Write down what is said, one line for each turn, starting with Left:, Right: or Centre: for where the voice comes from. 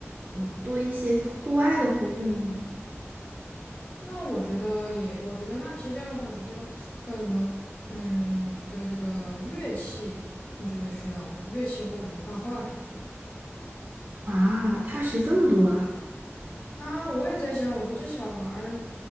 Right: 嗯多一些户外的活动
Left: 那我觉得也，我觉得那其实这样的话，我觉得这个叫什么，嗯，这个这个乐器，你觉得需要吗？乐器或者是画画？他说
Right: 啊。他学这么多啊？
Left: 啊，我也在想，我说这小孩儿，